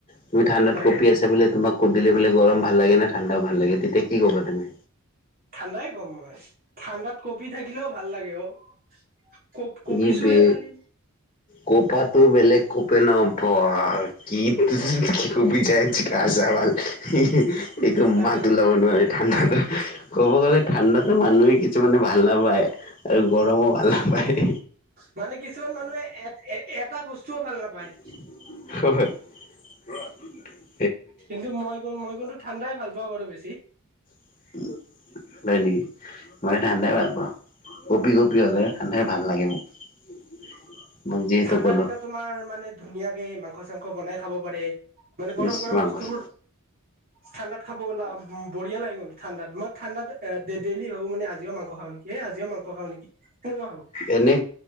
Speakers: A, on the left; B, on the right.
A: তুমি ঠাণ্ডাত
B: হয়
A: কঁপি আছা বোলে তোমাক দিলে বোলে গৰম ভাল লাগে না ঠাণ্ডা ভাল লাগে তেতিয়া কি ক'বা তুমি।
B: ঠাণ্ডাই ক'ম মই, ঠাণ্ডাত কঁপি থাকিলেও ভাল লাগে অ'। কপ কঁপিছোৱে
A: ই বে
B: খালি
A: কোপাটো বেলেগ কপে ন' বা কি কপি যায় গা চা! !!!!!!!!! একো
B: তাকেতো
A: মাত ওলাব নোৱাৰে ঠাণ্ডা ক'ব গ'লে ঠাণ্ডাতো মানুহে কিছুমানে ভাল নাপায় আৰু গৰমো ভাল নাপায়।
B: মানে কিছুমান মানুহে এ এ এটা বস্তুও ভাল নাপায়।
A: <unintelligible>
B: কিন্তু মই মই কিন্তু ঠাণ্ডাই ভাল পাওঁ বাৰু বেছি।
A: <inaudible> হয় নেকি মই ঠাণ্ডাই ভাল পাওঁ কঁপি কঁপি হ'লেও ঠাণ্ডাই ভাল লাগে মোক। <inaudible>
B: ঠাণ্ডাৰ
A: ক'লো
B: দিনত তোমাৰ মানে ধুনীয়াকে মাংস চাংস বনাই খাব পাৰে। মানে গৰম
A: ইচ
B: গৰম
A: মাংস
B: বস্তুবোৰ, ঠাণ্ডাত খাব <unintelligible> বঢিয়া লাগে কিন্তু ঠাণ্ডাত মই ঠাণ্ডাত ডে ডেইলি ভাবো মানে আজিও মাংখ খাওঁ নেকি এ আজিও মাংস খাওঁ নেকি। সেনেকুৱা ভাবো
A: এনে